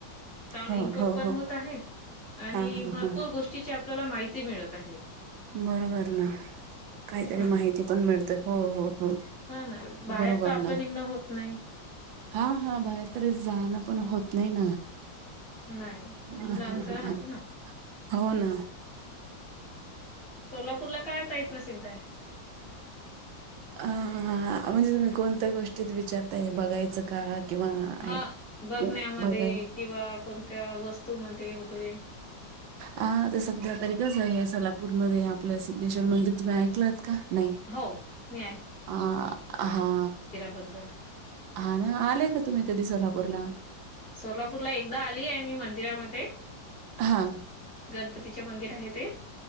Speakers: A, on the left; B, on the right.
A: चांगलं
B: हो
A: इनकम
B: हो
A: पण
B: हो
A: होत आहे आणि
B: हा हा
A: भरपूर
B: हा हा
A: गोष्टीची आपल्याला माहिती मिळत आहे.
B: बरोबर ना. काहीतरी
A: हे ना.
B: माहिती पण मिळते. हो, हो! हो,
A: हा ना बाहेर
B: बरोबर
A: तर आपलं
B: ना.
A: निघणं होत नाही
B: हा-हा, बाहेर तरी जाणं पण होत नाही ना?
A: नाही,
B: हा
A: मुलांचं
B: हा
A: राहते
B: हा
A: ना?
B: हो ना.
A: सोलापूरला काय ताई प्रसिद्ध आहे?
B: ह ह, म्हणजे तुम्ही कोणत्या गोष्टीत विचारताय हे बघायचं का? किंवा,
A: हा
B: <inaudible>
A: बघण्यामध्ये
B: बघायचं.
A: किंवा कोणत्या वस्तूमध्ये वगैरे
B: हा, ते सध्या तरी कसं आहे, सोलापूरमध्ये आपल्या सिध्देश्वर मंदिर तुम्ही ऐकलत का? नाही,
A: हो मी
B: आ-हा!
A: बद्दल
B: अं, आले का तुम्ही कधी सोलापूरला?
A: सोलापूरला एकदा आली आहे मी मंदिरामध्ये
B: हा
A: गणपतीचे मंदिर आहे ते?